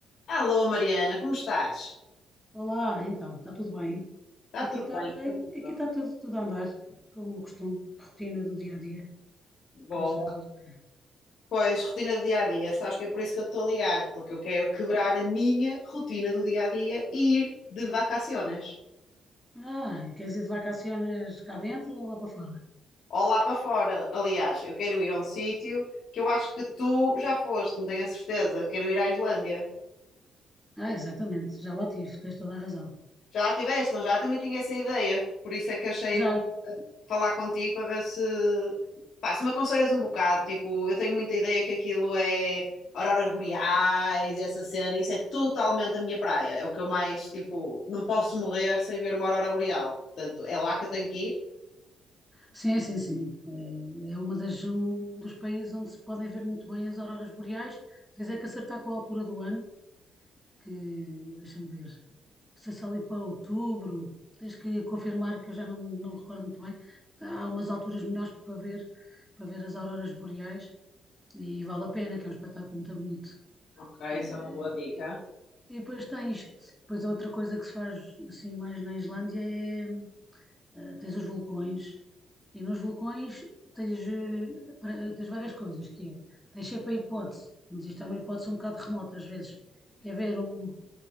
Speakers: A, on the left; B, in the centre.
A: Alô, Mariana, como estás?
B: Olá, então, está tudo bem?
A: Está
B: Aqui
A: tudo
B: está,
A: bem? Contigo?
B: aqui está tudo, tudo a andar, como o costume, rotina do dia a dia,
A: Boa.
B: mas está tudo bem.
A: Pois, rotina do dia a dia, sabes que é por isso que eu estou a ligar, porque eu quero quebrar a minha rotina do dia a dia e ir de vacaciones.
B: Ah, queres ir de vacaciones cá dentro ou lá para fora?
A: Ou lá para fora, aliás, eu quero ir a um sítio que eu acho que tu já foste, não tenho a certeza. Quero ir à Islândia.
B: Ah, exatamente, já lá tive, tens toda a razão.
A: Já lá estiveste, não? Já também tinha essa ideia, por isso é que achei.
B: Já,
A: bom falar contigo para ver se, pá, se me aconselhas um bocado. Tipo, eu tenho muita ideia que aquilo é auroras boreais e essa cena, isso é totalmente a minha praia. É o que eu mais, tipo, não posso morrer sem ver uma aurora boreal. Portanto, é lá que eu tenho que ir.
B: sim, sim, sim. É, é uma das, um dos países onde se podem ver muito bem as auroras boreais, tens é que acertar com a altura do ano, que deixa-me ver. não sei se ali para outubro, tens que confirmar que eu já não, não me recordo muito bem. Há umas alturas melhores para ver, para ver as auroras boreais e vale a pena, que é um espetáculo muito bonito.
A: Ok,
B: Eh,
A: essa é uma boa dica.
B: E depois tens, depois outra coisa que se faz assim mais na Islândia é, eh, tens os vulcões e nos vulcões tens, eh, para- tens várias coisas, que é, tens sempre a hipótese, mas isto é uma hipótese um bocado remota às vezes, que é ver um,